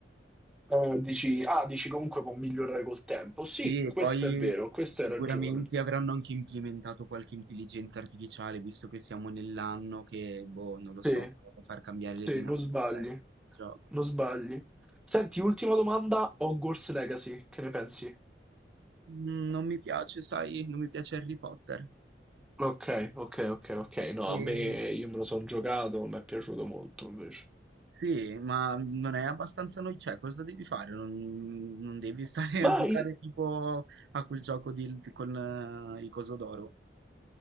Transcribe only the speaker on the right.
Sì, e
poi
sicuramente
avranno anche implementato qualche intelligenza artificiale, visto che siamo nell'anno che, boh, non lo so,
potrebbe far cambiare
le dinamiche
del resto del gioco.
Mm, Non mi piace, sai, non mi piace Harry Potter.
E
sì, ma non è abbastanza noi, cioè, cosa devi fare? Non, non devi <laughs> stare
a giocare
tipo a quel gioco di- con eh, il coso d'oro.